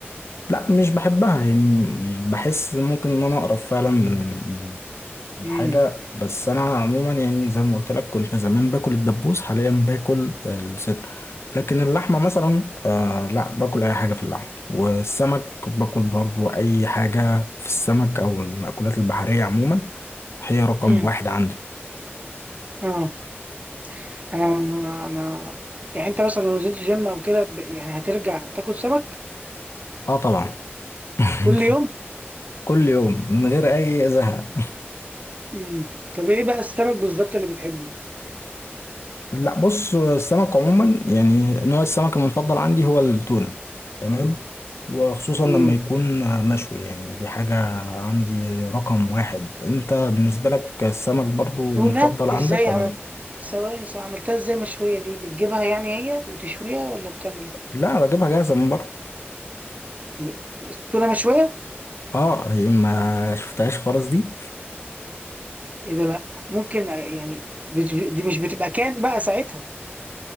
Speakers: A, on the left (about 85°); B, on the right (about 35°).
A: لا مش بحبها يعني بحس ممكن ان انا اقرب فعلا من من
B: امم
A: حاجه بس انا عموما يعني زي ما قلت لك كنت زمان باكل الدبوس حاليا باكل الصدر لكن اللحمه مثلا آه لا باكل اي حاجه في اللحمه والسمك باكل برضو اي حاجه في السمك او المأكولات البحريه عموما هي رقم
B: امم
A: واحد عندي
B: اه انا انا أنا- يعني انت مثلا لو نزلت جيم او كده ب- يعني هترجع تاكل سمك
A: اه طبعا <laughs>
B: كل يوم
A: كل يوم من غير اي زهق
B: امم طب ايه بقى السمك بالظبط اللي بتحبه
A: لا بص السمك عموما يعني نوع السمك المفضل عندي هو التونة تمام وخصوصا
B: امم
A: لما يكون مشوي يعني دي حاجة عندي رقم واحد انت بالنسبة لك السمك برضو
B: تونة
A: مفضل عندك
B: ازاي
A: ولا
B: عمل
A: لا؟
B: ثواني ثواني، عملتها ازاي مشوية دي بتجيبها يعني هي وتشويها ولا بتعمل ايه
A: لا بجيبها جاهزة من بره
B: لا، تونة مشوية
A: اه هي ما شفتهاش خالص دي
B: ايه ده لا ممكن يعني بت- دي مش بتبقى كان بقى ساعتها